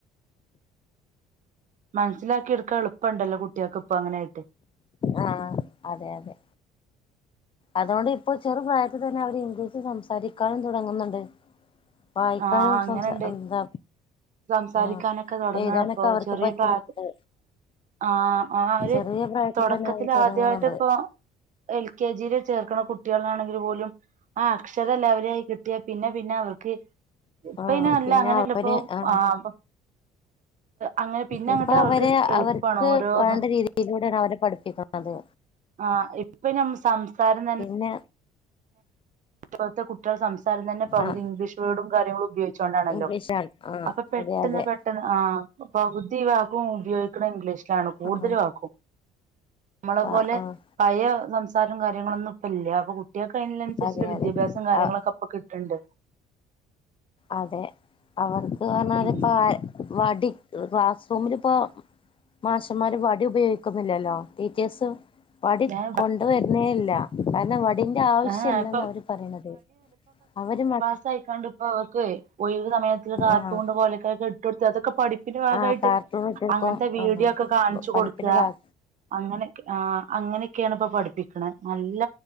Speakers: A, on the right; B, on the left.
A: മനസ്സിലാക്കിയെടുക്കാൻ എളുപ്പോണ്ടല്ലോ കുട്ടികൾക്ക് ഇപ്പൊ അങ്ങനെയായിട്ട്
B: ആ അതെ അതെ അതുകൊണ്ട് ഇപ്പോ ചെറുപ്രായത്തിതന്നെ അവര് ഇംഗ്ലീഷ് സംസാരിക്കാനും തുടങ്ങുന്നുണ്ട് വായിക്കാനും
A: ആ അങ്ങനൊണ്ട്
B: സംസാ എന്താ
A: സംസാരിക്കാനൊക്കെ
B: ആഹ്
A: തൊടങ്ങാണിപ്പോ
B: എഴുതാനൊക്കെ അവർക്ക്
A: ചെറിയ
B: പറ്റുന്നുണ്ട്
A: പ്രായ ആ അവര്
B: ചെറിയ പ്രായത്തിൽ
A: തൊടക്കത്തിലാദ്യായിട്ടിപ്പൊ
B: തന്നെ അവര് തുടങ്ങുന്നുണ്ട്
A: എൽ കെ ജിയില് ചേർക്കണ കുട്ടികളാണെങ്കില് പോലും ആ അക്ഷരം ലെവലായി കിട്ടിയാ പിന്നെ പിന്നെ അവർക്ക് ഇപ്പയിനി
B: ആഹ്
A: അല്ല
B: പിന്നെ
A: അങ്ങനെയല്ല
B: അവര്
A: ഇപ്പൊ
B: ആഹ്
A: <unintelligible> അങ്ങനെ പിന്നെ
B: ഇപ്പൊ
A: അങ്ങോട്ട് അവർക്ക്
B: അവരെ
A: എളുപ്പമാണ്
B: അവർക്ക്
A: ഓരോന്നും
B: വേണ്ടരീതിയിലൂടെയാണ് അവരെ പഠിപ്പിക്കണത്
A: ആഹ് ഇപ്പ ഞമ്മ സംസാരം തന്നെ
B: പിന്നെ
A: ഇപ്പത്തെ കുട്ട്യളെ സംസാരംതന്നെ പകുതി
B: ആഹ്
A: ഇംഗ്ലീഷ് വേർഡും കാര്യങ്ങളും ഉപയോഗിച്ചുകൊണ്ടാണല്ലോ
B: ഇംഗ്ലീഷാണ് ആഹ്
A: അപ്പം പെട്ടെന്ന്
B: അതെ അതെ
A: പെട്ടെന്ന് ആ പകുതി വാക്കും ഉപയോഗിക്കണഇംഗ്ലീഷിലാണ് കൂടുതൽ
B: ആഹ്
A: വാക്കും നമ്മളെ
B: ആഹ്
A: പോലെ
B: ആഹ്
A: പഴയ സംസാരം കാര്യങ്ങളൊന്നും ഇപ്പ ഇല്ല്യാ ഇപ്പ കുട്ട്യേക്ക് അയ്ന്ല്ല അനുസരിച്ചുള്ള
B: അതെ
A: വിദ്യാഭ്യാസം
B: അതെ
A: കാര്യങ്ങളൊക്കെ ഇപ്പ കിട്ട്ണ്ട്
B: അതെ അവർക്ക് പറഞ്ഞാലപ്പ
A: ഉം
B: വടി ക്ലാസ്റൂമിലിപ്പോ മാഷമാര് വടി ഉപയോഗിക്കുന്നില്ലല്ലോ ടീച്ചേഴ്സ് വടി
A: ഞാൻ
B: കൊണ്ട് വരുന്നേല്ല കാരണം വടിന്റെ ആവശ്യല്ലന്ന്
A: ഏ ഇപ്പൊ
B: അവര് പറയണത് അവര് മ
A: സ്സായികാണ്ട്പ്പ അവർക്ക് ഒഴിവ്സമയത്ത് കാർട്ടൂണ്പ്പോലെ
B: ആഹ്
A: ഇട്ടൊട്ത്ത് അതൊക്കെ പഠിപ്പിന്റെ ഭാഗായിട്ട്
B: ആഹ് കാർട്ടൂൺ ഇട്ട് കൊടുക്കും
A: അങ്ങൻത്തെ വീഡിയോക്കെ
B: ആഹ്
A: കാണിച്ചു
B: പഠിപ്പിന്റെ
A: കൊടുക്ക
B: ഭാഗ
A: അങ്ങനെക്കെ ആ അങ്ങനെയൊക്കെയാണ് ഇപ്പൊ പഠിപ്പിക്കണ നല്ല